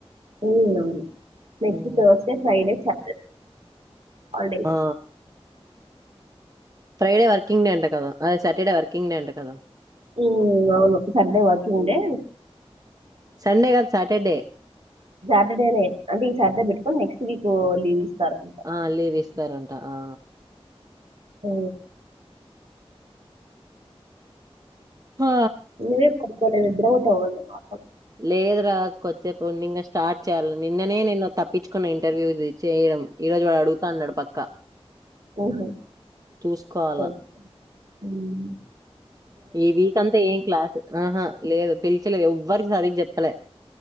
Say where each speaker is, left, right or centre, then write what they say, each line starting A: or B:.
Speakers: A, on the right; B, on the right.
A: ఉ అవును. Next
B: um
A: Thursday, Friday, Saturday
B: ఆ ఫ్రైడే వర్కింగ్ డే అంట కదా! అద సాటర్డే వర్కింగ్ డే అంట కదా!
A: మ్ అవును సండే వర్కింగ్
B: ఉమ్.
A: డే.
B: సండే కాదు సాటర్డే.
A: సాటర్డేనే. అంటే, ఈ సాటర్డే పెట్టుకొని, నెక్స్ట్ వీక్ లీవ్ ఇస్తారంట.
B: ఆ లీవ్ ఇస్తారంట ఆ.
A: ఆ
B: హా,
A: లేదు పడుకోలేదు. నిద్రపోతావు కదా నా
B: లేదు రా కొద్దిసేపు ఉండి, ఇంక స్టార్ట్ చేయాల నిన్ననే నేను తప్పించుకున్న. ఇంటర్వ్యూది చెయ డం. ఈరోజు వాడు అడుగుతాన్నడు పక్
A: మ్హు,
B: చూసుకోవాలా
A: ఓకె. మ్మ్.
B: ఈ వీక్ అంతా ఏం క్లాస్, ఆహా లేదు. పిలిచలే, ఎవ్వరికి సరిగా చెప్పలే.